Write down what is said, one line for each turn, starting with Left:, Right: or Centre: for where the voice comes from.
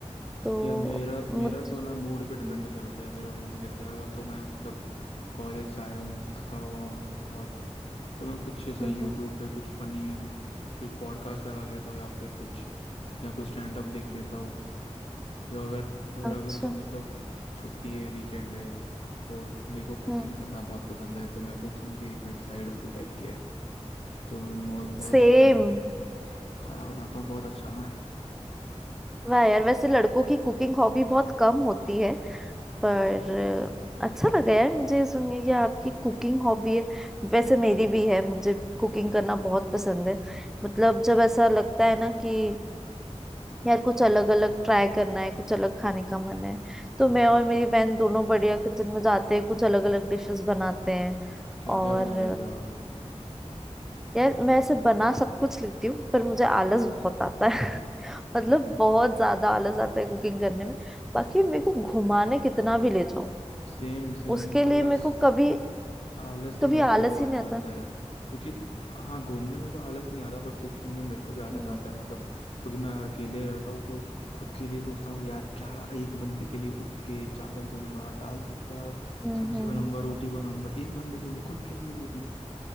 Centre: तो
Left: यार मेरा
Centre: मुझे
Left: मेरा तो ना मूड
Centre: हम्म
Left: पे डिपेंड करता है मेरा मूड कैसा है अगर तो मैं मतलब कॉलेज से आया हूँ थका हुआ हूँ बहुत तो मैं कुछ ऐसा
Centre: हम्म
Left: यूट्यूब
Centre: हम्म,
Left: पे कुछ फनी कुछ पॉडकास्ट लगा लेता हूँ या फिर कुछ या कुछ स्टैंड अप देख लेता हूँ या अगर और
Centre: अच्छा
Left: अगर तो मतलब छुट्टी है वीकेंड है तो मेरे को कुकिंग
Centre: हम्म
Left: करना बहुत पसंद है तो मैं कुकिंग भी एक मेरी साइड हॉबी टाइप की है तो मैं बहुत बहुत
Centre: सेम
Left: अच्छा खाना खाना बनाता हूँ बहुत अच्छा मैं
Centre: वाह यार वैसे लड़कों की कुकिंग हॉबी बहुत कम होती है पर अच्छा लगा यार मुझे ये सुन के कि आपकी कुकिंग हॉबी है वैसे मेरी भी है मुझे कुकिंग करना बहुत पसंद है मतलब जब ऐसा लगता है ना कि यार कुछ अलग अलग ट्राई करना है कुछ अलग खाने का मन है तो
Left: हम्म
Centre: मैं और मेरी बहन दोनों बढ़िया किचन में जाते हैं कुछ अलग अलग डिशेस बनाते हैं
Left: क्या
Centre: और
Left: क्या बना लेते हो आप
Centre: यार मैं ऐसे बना सब कुछ लेती हूँ पर मुझे आलस बहुत आता है <laughs> मतलब
Left: हम्म
Centre: बहुत ज्यादा आलस आता है कुकिंग करने में बाकी मेरे को घुमाने कितना भी ले जाओ
Left: सेम सेम
Centre: उसके लिए
Left: आलस
Centre: मेरे को कभी
Left: आलस तो
Centre: कभी
Left: मेरे को
Centre: आलस
Left: भी बहुत
Centre: ही नहीं
Left: आता
Centre: आता
Left: है क्योंकि हाँ घूमने में तो आलस नहीं आता बट कुकिंग में मेरे को भी आलस
Centre: हम्म
Left: आता है मतलब क्योंकि मैं अकेले रहता हूँ तो खुद के लिए सोचता हूँ यार क्या एक बंदे के लिए उठ के चावल धोऊंगा दाल धोऊंगा
Centre: हम्म
Left: सब्जी
Centre: हम्म।
Left: बनाऊंगा रोटी बनाऊंगा एक बंदे के लिए खुद के लिए वो भी